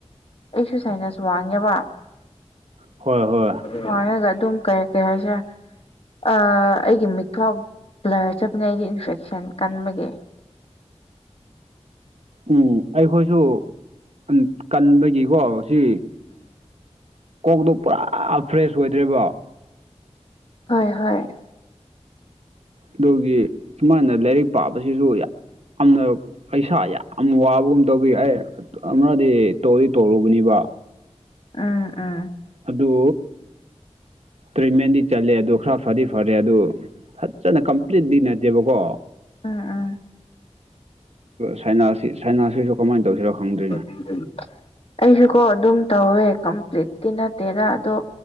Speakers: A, on the left (about 55°); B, on the right (about 65°).
A: ꯑꯩꯁꯨ ꯁꯥꯏꯅꯁ ꯋꯥꯡꯉꯦꯕ
B: ꯍꯣꯏ ꯍꯣꯏ
A: ꯋꯦꯡꯉꯒꯑꯗꯨꯝ ꯀꯩ ꯀꯩ ꯍꯥꯏꯁꯦ ꯑꯥ ꯑꯩꯒꯤ ꯃꯤꯠ ꯕ꯭ꯂꯔ ꯆꯠꯄꯅꯦ ꯑꯩꯗꯤ ꯏꯟꯐꯦꯛꯁꯟ ꯀꯟꯕꯒꯤ
B: ꯎꯝ ꯑꯩꯈꯣꯏꯁꯨ ꯎꯝ ꯀꯟꯕꯒꯤꯀꯣ ꯁꯤ ꯀꯣꯛꯇꯣ ꯄꯨꯔꯥ ꯐ꯭ꯔꯦꯁ ꯑꯣꯏꯗ꯭ꯔꯦꯕ
A: ꯍꯣꯏ ꯍꯣꯏ
B: ꯑꯗꯨꯒꯤ ꯁꯨꯃꯥꯏꯅ ꯂꯥꯏꯔꯤꯛ ꯄꯥꯕꯁꯤꯁꯨ ꯌꯥꯝꯅ ꯄꯩꯁꯥ ꯌꯥꯝ ꯋꯥꯕꯒꯨꯝ ꯇꯧꯕꯩ ꯑꯩ ꯑꯃꯔꯛꯗꯤ ꯇꯣꯗꯤ ꯇꯧꯔꯨꯒꯅꯤꯕ
A: ꯑꯥ ꯑꯥ
B: ꯑꯗꯨ ꯇ꯭ꯔꯤꯠꯃꯦꯟꯗꯤ ꯆꯠꯂꯦ ꯑꯗꯨ ꯈꯔ ꯐꯗꯤ ꯐꯔꯦ ꯑꯗꯨ ꯐꯖꯅ ꯀꯝꯄ꯭ꯂꯤꯠꯂꯤ ꯅꯠꯇꯦꯕꯀꯣ
A: ꯎꯝ ꯎꯝ
B: ꯁꯥꯏꯅꯁꯁꯤꯁꯨ ꯀꯃꯥꯏꯅ ꯇꯧꯁꯤꯔꯣ ꯈꯪꯗ꯭ꯔꯤꯅꯦ
A: <unintelligible> ꯑꯩꯁꯨꯀꯣ ꯑꯗꯨꯝ ꯇꯧꯋꯦ ꯀꯝꯄ꯭ꯂꯤꯠꯇꯤ ꯅꯠꯇꯦꯗ ꯑꯗꯣ